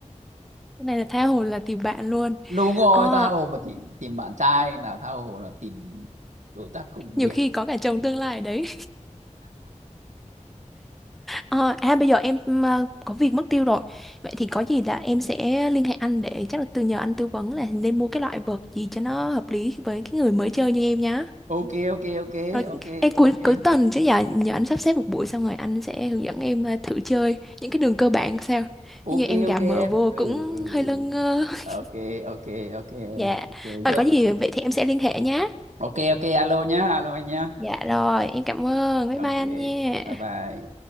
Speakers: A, in the centre; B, on the right (about 70°).
A: Cái này là tha hồ là tìm bạn luôn.
B: đúng rồi
A: Ờ,
B: tha hồ mà tìm tìm bạn trai nào tha hồ là tìm đối tác công
A: nhiều
B: việc
A: khi có cả chồng tương lai ở đấy. Ờ, à bây giờ em ờ, có việc mất tiêu rồi. Vậy thì có gì là em sẽ liên hệ anh để chắc là từ nhờ anh tư vấn là nên mua cái loại vợt gì cho nó hợp lý với cái người mới chơi như em nhá.
B: ok ok ok
A: Rồi
B: ok
A: ê, cuối
B: ok
A: cuối tuần chứ giờ nhờ anh sắp xếp một buổi xong rồi anh sẽ hướng dẫn em ờ, thử chơi những cái đường cơ bản sao.
B: ok
A: Chứ Như em gà
B: ok
A: mờ
B: em
A: vô
B: ừ
A: cũng
B: ừ
A: hơi
B: ừ.
A: lơ ngơ. <laughs>
B: ok ok ok
A: Dạ.
B: ok
A: Rồi
B: giận
A: có gì vậy thì em sẽ liên hệ nhá.
B: ok ok alo nhá alo anh nhá
A: Dạ rồi, em cảm ơn. Bye bye
B: ok
A: anh nha.
B: bye bye